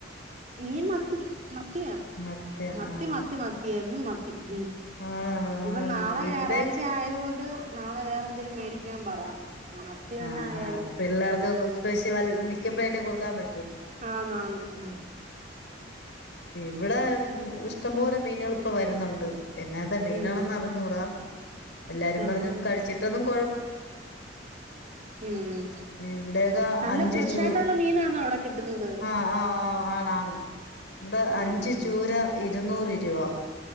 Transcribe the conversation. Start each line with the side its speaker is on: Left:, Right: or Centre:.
Right: മീൻ മത്തി മത്തിയാ
Left: മറ്റേ
Right: മത്തി
Left: ആഹ്
Right: മത്തി മത്തിയന്നും മ ത്തി ഇഞ്പ്പൊ
Left: ആണോ ആഹ്
Right: നാളെ
Left: ഇവിടെ
Right: ഞായറാഴ്ച്ച യതൊണ്ട് നാളെ വേറെ ന്തേലും മേടിക്കൻ പറയണം മത്തി തന്നെ
Left: ആഹ്
Right: ആയാല്
Left: ആഹ് പിള്ളാർക്ക് സ്പെഷ്യ വൽ നിക്കുമ്പഴല്ലേ കൊടുക്കാൻ പ
Right: ആന്ന് ആന്ന് ഉം
Left: ഇവിടെ ഇഷ്ടംപോലെ മീനുകൾ ഇപ്പ വരുന്നുണ്ട് എങ്ങനാത്തെ മീനാണെന്ന്
Right: ഉം
Left: അറിഞ്ഞൂടാ എല്ലാരും
Right: ആഹ്
Left: പറഞ്ഞ്
Right: ആഹ്
Left: കഴിച്ചിട്ടൊന്നും
Right: ഉം
Left: ഇവിടെയൊക്കെ
Right: നല്ല
Left: അഞ്ച്
Right: ഫ്രഷ്
Left: ചൂ
Right: ആയിട്ടുള്ള മീനാണോ അവിടെ കിട്ടുന്നത്
Left: ആ ആ ആ ആണാണ് ഇവിടെ അഞ്ച്
Right: ആഹ് ആഹ്
Left: ചൂര ഇരുന്നൂറ് രൂപ